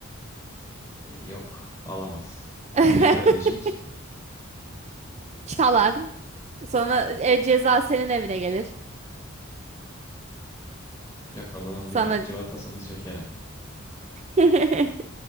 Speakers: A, on the left; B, on the right.
A: E, yok alamaz.
B: <laughs>
A: Bu neyle ödeyecek?
B: Çalar. Sonra e, ceza senin evine gelir.
A: Yok o zaman
B: Sana
A: birkaç cıvatasını sökerim.
B: <laughs>